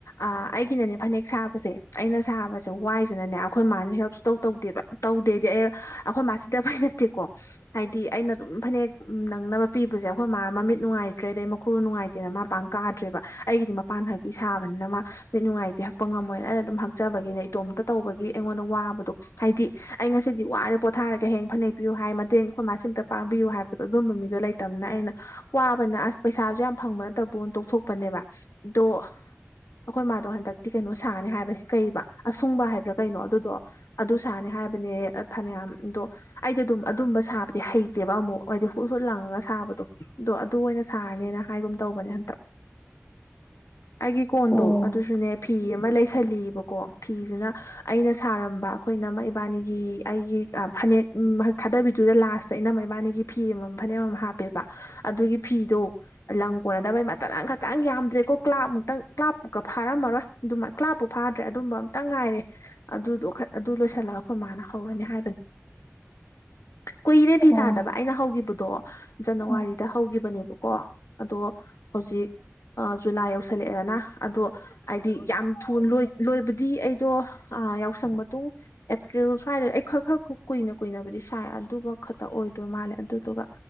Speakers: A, on the left; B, on the left.
A: ꯑꯥ ꯑꯩꯒꯤꯅꯅꯦ ꯐꯅꯦꯛ ꯁꯥꯕꯁꯦ ꯑꯩꯅ ꯅ ꯁꯥꯕꯁꯦ ꯋꯥꯏꯁꯤꯅꯅꯦ ꯑꯩꯈꯣꯏ ꯃꯥꯅ ꯍꯦꯜꯞ ꯁꯨꯡꯇꯧ ꯇꯧꯗꯦꯕ ꯇꯧꯗꯦꯗꯤ ꯑꯩ ꯑꯩꯈꯣꯏ ꯃꯥ ꯁꯤꯗꯕꯩ ꯅꯠꯇꯦ ꯀꯣ ꯍꯥꯏꯗꯤ ꯑꯩꯅ ꯑꯗꯨꯝ ꯐꯅꯦꯛ ꯅꯪꯅꯕ ꯄꯤꯕꯁꯦ ꯑꯩꯈꯣꯏ ꯃꯥ ꯃꯃꯤꯠ ꯅꯨꯡꯉꯥꯏꯇ꯭ꯔꯦ ꯑꯗꯩ ꯃꯈꯨ ꯅꯨꯡꯉꯥꯏꯇ꯭ꯔꯦ ꯇꯦꯅ ꯃꯥ ꯄꯥꯡ ꯀꯥꯗ꯭ꯔꯦꯕ ꯑꯩꯒꯤꯗꯤ ꯃꯄꯥꯟ ꯍꯛꯀꯤ ꯁꯥꯕꯅꯤꯅ ꯃꯥ ꯃꯤꯠ ꯅꯨꯡꯉꯥꯏꯇꯦ ꯍꯛꯄ ꯉꯝꯃꯣꯏꯅ ꯑꯩꯅ ꯑꯗꯨꯝ ꯍꯛꯆꯕ ꯕꯒꯤ ꯏꯇꯣꯝꯇ ꯇꯧꯕꯒꯤ ꯑꯩꯉꯣꯟꯗ ꯋꯕꯗꯣ ꯍꯏꯗꯤ ꯑꯩ ꯉꯁꯤꯗꯤ ꯋꯔꯦ ꯄꯣꯊꯔꯒꯦ ꯍꯌꯦꯡ ꯐꯅꯦꯛ ꯄꯤꯌꯨ ꯍꯥꯏ ꯃꯇꯦꯡ ꯑꯩꯈꯣꯏ ꯃꯥ ꯁꯤꯃꯇ ꯄꯥꯡꯕꯤꯌꯨ ꯍꯥꯏꯕꯗꯣ ꯑꯗꯨꯝꯕ ꯃꯤꯗꯣ ꯂꯩꯇꯃꯤꯅ ꯑꯩꯅ ꯋꯕꯅꯤꯅ ꯑꯁ ꯄꯩꯁꯖꯨ ꯌꯥꯝ ꯐꯪꯕ ꯅꯠꯇꯕꯨꯅ ꯇꯣꯛꯊꯣꯛꯄꯅꯦꯕ ꯑꯗꯣ ꯑꯩꯈꯣꯏ ꯃꯥꯗꯣ ꯍꯟꯗꯛꯇꯤ ꯀꯩꯅꯣ ꯁꯥꯅꯤ ꯍꯥꯏꯕꯅꯦ ꯀꯩꯕ ꯑꯁꯨꯡꯕ ꯍꯥꯏꯕ꯭ꯔꯥ ꯀꯩꯅꯣ ꯑꯗꯨꯗꯣ ꯑꯗꯨ ꯁꯥꯅꯤ ꯍꯥꯏ ꯍꯥꯏꯕꯅꯦ ꯐꯅꯌꯥꯝꯗꯣ ꯑꯩꯗꯤ ꯑꯗꯨꯝ ꯑꯗꯨꯝꯕ ꯁꯥꯕꯗꯤ ꯍꯩꯇꯦꯕ ꯑꯃꯨꯛ ꯍꯥꯏꯗꯤ ꯍꯨꯠ ꯍꯨꯠ ꯂꯪꯉꯒ ꯁꯥ ꯁꯥꯕꯗꯣ ꯑꯗꯣ ꯑꯗꯨ ꯑꯣꯏꯅ ꯁꯥꯔꯅꯤꯅ ꯍꯥꯏꯒꯨꯝ ꯇꯧꯕꯅꯦ ꯍꯟꯇꯛ ꯑꯩꯒꯤ ꯀꯣꯟꯗꯣ
B: ꯑꯣ
A: ꯑꯗꯨꯁꯨꯅꯦ ꯐꯤ ꯑꯃ ꯂꯩ ꯁꯜꯂꯤꯑꯕꯀꯣ ꯐꯤꯁꯤꯅ ꯑꯩꯅ ꯁꯥꯔꯝꯕ ꯑꯩꯈꯣꯏ ꯏꯅꯝꯃ ꯏꯕꯥꯅꯤꯒꯤ ꯑꯩꯒꯤ ꯐꯅꯦꯛ ꯎꯝ ꯊꯥꯗꯕꯤꯗꯨꯗ ꯂꯥꯁꯇ ꯏꯅꯝꯃ ꯏꯕꯥꯅꯤꯒꯤ ꯐꯤ ꯑꯃꯃꯝ ꯐꯅꯦꯛ ꯑꯃꯃꯝ ꯍꯥꯞꯄꯦꯕ ꯑꯗꯨꯒꯤ ꯐꯤꯗꯣ ꯂꯪ ꯀꯣꯟꯅꯗꯕꯩ ꯃꯇꯠ ꯑꯃꯈꯇꯪ ꯌꯥꯝꯗ꯭ꯔꯦꯀꯣ ꯀ꯭ꯂꯥꯞꯃꯨꯛꯇꯪ ꯀ꯭ꯂꯥꯞꯄꯨ ꯐꯥꯔꯝꯃꯔꯣꯏ ꯑꯗꯨ ꯀ꯭ꯂꯥꯞꯄꯨ ꯐꯥ ꯐꯗ꯭ꯔꯦ ꯑꯗꯨꯝꯕ ꯑꯝꯇꯪ ꯉꯥꯏꯔꯦ ꯑꯗꯨꯗꯣ ꯑꯗꯨ ꯂꯣꯏꯁꯤꯜꯂꯒ ꯑꯩꯈꯣꯏ ꯃꯥꯅ ꯍꯧꯔꯅꯤ ꯍꯥꯏꯕꯅꯤ <inaudible> ꯀꯣꯏꯔꯦ
B: ꯑꯣ
A: ꯐꯤ ꯁꯥꯗꯕ ꯑꯩꯅ ꯍꯧꯈꯤꯕꯗꯣ ꯖꯅꯋꯥꯔꯤꯗ
B: ꯑꯣ
A: ꯍꯧꯈꯤꯕꯅꯦꯕꯀꯣ ꯑꯗꯣ ꯍꯧꯖꯤꯛ ꯑꯥ ꯖꯨꯂꯥꯏ ꯌꯧꯁꯜꯂꯛꯑꯦꯗꯅ ꯑꯗꯣ ꯍꯥꯏꯗꯤ ꯌꯥꯝ ꯊꯨꯅ ꯂꯣꯏꯕꯗꯤ ꯑꯩꯗꯣ ꯑꯥ ꯌꯥꯎꯁꯪ ꯃꯇꯨꯡ ꯑꯦꯄ꯭ꯔꯤꯜ ꯁ꯭ꯋꯥꯏꯗ ꯑꯩ ꯈꯔ ꯈꯔ ꯀꯨꯏꯅ ꯀꯨꯏꯅꯕꯨꯗꯤ ꯁꯥꯏ ꯑꯗꯨꯒ ꯈꯛꯇ ꯑꯣꯏꯗꯣꯏ ꯃꯥꯜꯂꯦ ꯑꯗꯨꯗꯨꯒ